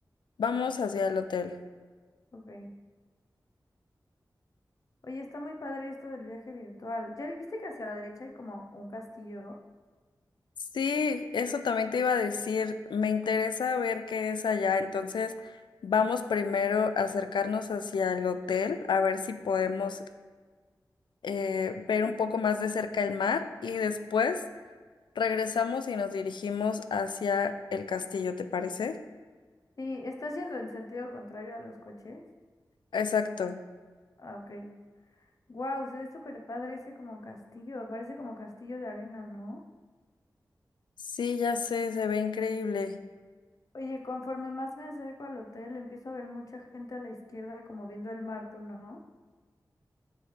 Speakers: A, on the left (about 90°); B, on the left (about 50°).
A: Vamos hacia el hotel.
B: Ok. Oye, está muy padre esto del viaje virtual. ¿Ya viste que hacia la derecha hay como un castillo?
A: Sí, eso también te iba a decir, me interesa ver qué es allá, entonces vamos primero a acercarnos hacia el hotel, a ver si podemos eh, ver un poco más de cerca el mar y después Regresamos y nos dirigimos hacia el castillo, ¿te parece?
B: Sí, está yendo en sentido contrario a los coches.
A: Exacto.
B: Ah, ok. Wow, se ve súper padre ese como castillo. Parece como castillo de arena, ¿no?
A: Sí, ya sé, se ve increíble.
B: Oye, conforme más me acerco al hotel, empiezo a ver mucha gente a la izquierda como viendo el mar, ¿tú no?